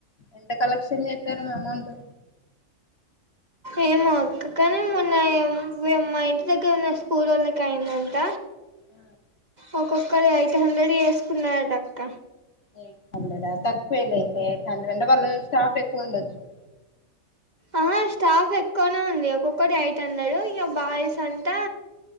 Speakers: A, on the left (about 50°); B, on the right (about 35°).
A: ఎంత కలెక్షన్ చేస్తారు మ్యా దంతే
B: ఏమో అక్క కానీ మొన్న మా ఇంటి దగ్గర ఉన్న స్కూలోళ్ళకి అయిందంట
A: ఆ
B: ఒక్కొక్కరు ఎయిట్ హండ్రెడ్ చేస్కున్నారటక్క
A: ఎయిట్ హండ్రెడా తక్కువేలే ఇంకా ఎయిట్ హండ్రెడ్ అంటే వాళ్ళు స్టాఫ్ ఎక్కువ ఉండచ్చు
B: ఆహా స్టాఫ్ ఎక్కువనే ఉంది ఒక్కొక్కరు ఎయిట్ హండ్రెడ్ ఇక బాయ్స్ అంటా